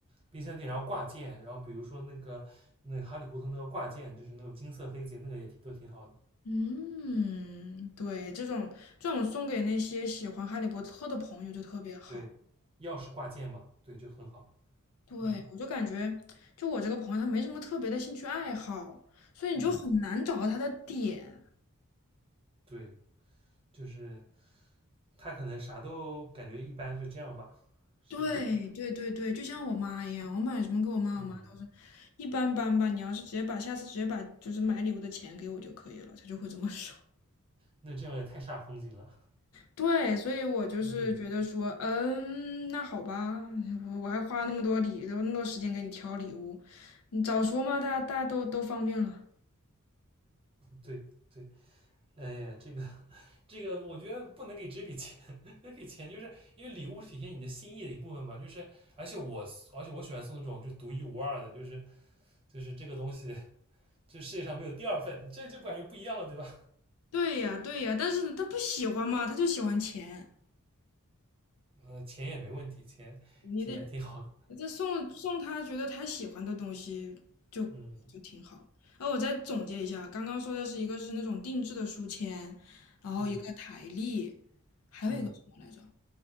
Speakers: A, on the right; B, on the left.
A: 冰箱店，然后挂件，然后比如说那个那个哈利波特那个挂件，就是那个金色飞贼，那个也挺都挺好的。
B: 嗯，对，这种这种送给那些喜欢哈利波特的朋友就特别好。
A: 对，钥匙挂件嘛，对，就很好。
B: 对，
A: 嗯
B: 我就感觉，就我这个朋友，他没什么特别的兴趣爱好，所以你就很难找到他的点。
A: 嗯，对，就是他可能啥都感觉一般，就这样吧，是吧？
B: 对对对对，就像我妈一样，我买什么给我妈，
A: 嗯，
B: 我妈都是一般般吧。你要是直接把下次直接把就是买礼物的钱给我就可以了，她就会这么 <laughs> 说。
A: 那这样也太煞风景了。
B: 对，所以我就是觉得说，
A: 嗯，
B: 嗯，那好吧，我我还花那么多礼，那么多时间给你挑礼物，你早说嘛，大家大家都都方便了。
A: 对对，哎呀，这个这个，我觉得不能给直接给钱，<laughs> 给钱就是因为礼物是体现你的心意的一部分嘛。就是而且我而且我喜欢送那种就独一无二的，就是就是这个东西这世界上没有第二份，这这感觉不一样了，对吧？
B: 对呀，对呀，但是他不喜欢嘛，他就喜欢钱，
A: 呃，钱也没问题，钱钱也挺好的，
B: 你得。这送送他觉得他喜欢的东西就就挺好。
A: 嗯
B: 然后我再总结一下，刚刚说的是一个是那种定制的书签，然后一个台历，
A: 嗯
B: 还有一个什么来着？
A: 嗯，